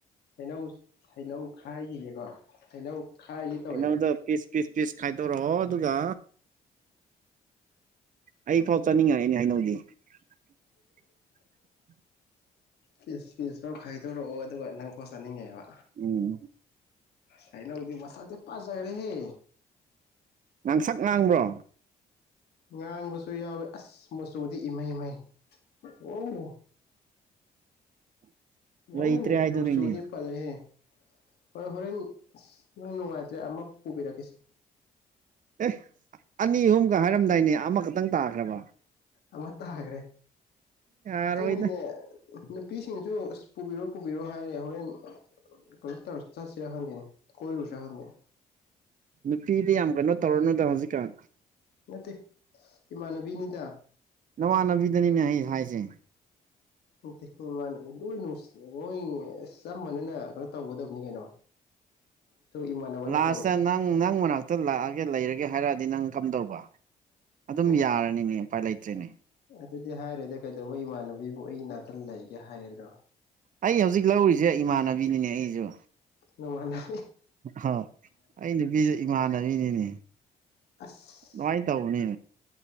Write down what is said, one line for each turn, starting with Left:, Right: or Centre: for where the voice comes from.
Left: ꯍꯩꯅꯧ ꯍꯩꯅꯧ ꯈꯥꯏꯈꯤꯌꯦꯀꯣ ꯍꯩꯅꯧ ꯈꯥꯏꯒꯦ ꯇꯧꯋꯦꯕ
Right: ꯑꯩꯅꯗ ꯄꯤꯁ ꯄꯤꯁ ꯄꯤꯁ ꯈꯥꯏꯗꯧꯔꯣ ꯑꯗꯨꯒ ꯑꯩ ꯐꯥꯎ ꯆꯠꯅꯤꯡꯉꯥꯏꯅꯦ ꯍꯥꯏꯅꯧꯖꯤ <inaudible>
Left: ꯄꯤꯁ ꯄꯤꯁ ꯐꯥꯎ ꯈꯥꯏꯗꯣꯔꯛꯑꯣ ꯑꯗꯨꯒ ꯅꯪ ꯄꯣ ꯆꯥꯅꯤꯡꯉꯦꯕ
Right: ꯎꯝ
Left: ꯁꯥꯏ ꯂ ꯎꯗꯤ ꯃꯁ ꯄꯥꯁꯖꯒ ꯔꯦ ꯍꯦ
Right: ꯉꯥꯡꯁꯛ ꯉꯥꯡꯕ꯭ꯔꯣ
Left: ꯉꯥꯡꯕꯁꯨ ꯌꯥꯎꯋꯦ ꯑꯁ ꯃꯆꯨꯗꯤ ꯏꯃꯩ ꯃꯩ ꯑꯣ
Right: <unintelligible> ꯂꯩꯇ꯭ꯔꯦ
Left: ꯑ
Right: ꯍꯥꯏꯗꯨꯅꯤꯅꯦ
Left: ꯃꯁꯨꯗꯤ ꯐꯂꯦꯍꯦ ꯍꯣꯏ ꯍꯣꯔꯦꯟꯁ ꯅꯪ ꯅꯨꯡꯉꯥꯏꯇ꯭ꯔꯦ ꯑꯃ ꯄꯨꯕꯤꯔꯛꯈꯤꯁꯦ
Right: ꯑꯦ ꯑꯅꯤ ꯑꯍꯨꯝꯒ ꯍꯥꯏꯔꯝꯗꯥꯏꯅꯦ ꯑꯃꯈꯛꯇꯪ ꯇꯥꯈ꯭ꯔꯕ
Left: ꯑꯃ ꯇꯥꯈ꯭ꯔꯦ
Right: ꯌꯥꯔꯣꯏꯗ
Left: ꯈꯪꯕꯤꯅꯦ ꯅꯨꯄꯤꯁꯤꯡꯁꯨ ꯑꯁ ꯄꯨꯕꯤꯔꯣ ꯄꯨꯕꯤꯔꯣ ꯍꯥꯏꯔ ꯍꯣꯔꯦꯟ ꯀ ꯆꯁꯤꯔ ꯈꯥꯟꯗꯦ ꯀꯣꯏ ꯔꯨꯁꯔ ꯈꯗ
Right: ꯅꯨꯄꯤꯗꯤ ꯌꯥꯝ ꯀꯩꯅꯣ ꯇꯧꯔꯅꯨꯗ ꯍꯧꯖꯤꯛꯀꯥꯟ
Left: ꯅꯠꯇꯦ ꯏꯃꯥꯟꯅꯕꯤꯅꯤꯗ
Right: ꯅꯋꯥ ꯅꯕꯤꯗꯅꯤꯅꯦ <unintelligible>
Left: ꯅ ꯍꯣꯏ ꯑꯁ ꯆꯞ ꯃꯅꯤꯅ ꯀꯩꯅꯣ ꯇꯧꯒꯗꯕꯅꯤ ꯀꯩꯅꯣ ꯏꯃꯥꯟꯅꯕ ꯅꯠꯇ꯭ꯔꯣ
Right: ꯂꯥꯁꯇ ꯅꯪ ꯅꯪ ꯃꯅꯥꯛꯇ ꯂꯥꯛꯑꯒꯦ ꯂꯩꯔꯒꯦ ꯍꯥꯏꯔꯛꯑꯗꯤ ꯅꯪ ꯀꯝꯗꯧꯕ ꯑꯗꯨꯝ
Left: ꯑꯦ
Right: ꯌꯥꯔꯅꯤꯅꯦ ꯎꯄꯥꯏ ꯂꯩꯇ꯭ꯔꯔꯤꯅꯦ
Left: ꯑꯗꯨꯗꯤ ꯍꯥꯏꯔꯣꯏꯗ ꯀꯩꯗꯧꯕ ꯏꯃꯥꯟꯅꯕꯤꯕꯨ ꯑꯩ ꯅꯥꯇꯟ ꯂꯩꯒꯦ ꯍꯥꯏꯒꯗ꯭ꯔꯣ
Right: ꯑꯩ ꯍꯧꯖꯤꯛ ꯂꯧꯔꯤꯁꯦ ꯏꯃꯥꯟꯅꯕꯤꯅꯤꯅꯦ ꯑꯩꯁꯨ
Left: ꯅꯃꯥꯟꯅ
Right: ꯍ ꯑꯩ ꯅꯨꯄꯤꯁ ꯏꯃꯥꯟꯅꯕꯤꯅꯤꯅꯦ
Left: ꯑꯁ
Right: ꯅꯨꯡꯥꯏ ꯇꯧꯅꯤ